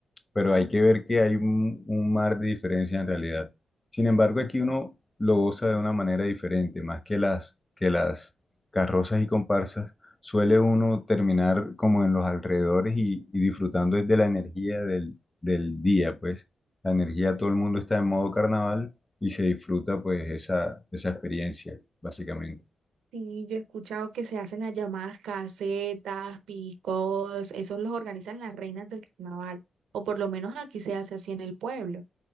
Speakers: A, on the left (about 25°); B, on the right (about 80°).
A: pero hay que ver que hay un, un mar de diferencia en realidad. Sin embargo, aquí uno lo goza de una manera diferente, más que las, que las carrozas y comparsas, suele uno terminar como en los alrededores y, y disfrutando es de la energía del, del día, pues la energía, todo el mundo está en modo carnaval y se disfruta pues esa, esa experiencia, básicamente.
B: sí, yo he escuchado que se hacen las llamadas casetas, picos, esos los organizan las reinas del carnaval. O por lo menos aquí se hace así en el pueblo.